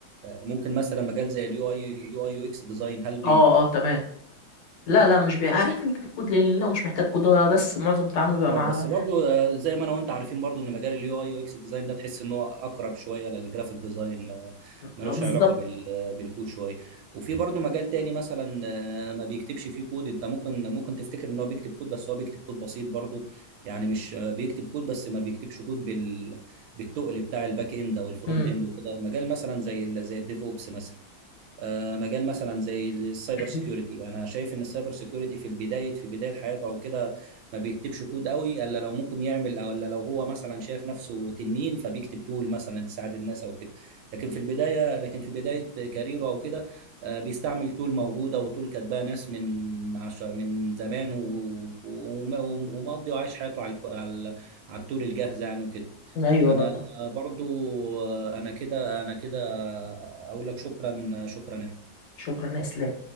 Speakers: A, on the right; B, on the left.
A: ممكن مثلا مجال زي اليو اي يو اي يو اكس ديزاين هل
B: اه اه تمام لا لا مش بي... آه، احنا نكتب كود لأنه مش محتاج كود هو بس معظم تعامله بيبقى
A: اه
B: مع
A: بس برضو آه، زي ما انا وانت عارفين برضو ان مجال اليو اي يو اكس ديزاين ده تحس ان هو اقرب شويه للجرافيك ديزاين ما- ملوش
B: آه، بالظبط
A: علاقه بال بالكود شويه وفي برضو مجال تاني مثلا آه، ما بيكتبش فيه كود انت ممكن ممكن تفتكر ان هو بيكتب كود بس هو بيكتب كود بسيط برضو يعني مش آه، بيكتب كود بس ما بيكتبش كود بال بالتقل بتاع الباك اند او الفرونت
B: مم.
A: اند وكده مجال مثلا زي ال... زي الديف اوبس مثلا آه، مجال مثلا زي السايبر
B: <laughs>
A: سيكيورتي انا شايف ان السايبر سيكيورتي في البدايه في بدايه حياته او كده ما بيكتبش كود قوي الا لو ممكن يعمل او الا لو هو مثلا شايف نفسه تنين فبيكتب تول مثلا تساعد الناس او كده لكن في البدايه لكن في بدايه كاريره او كده آه، بيستعمل تول موجوده وتول كاتباها ناس من عش... من زمان و- وم- ومقضي وعايش حياته على الك- على على التول الجاهزه يعني وكده
B: أيوه
A: انا
B: برضه
A: برضو آه، انا كده انا كده اقول لك شكرا شكرا
B: شكرا يا إسلام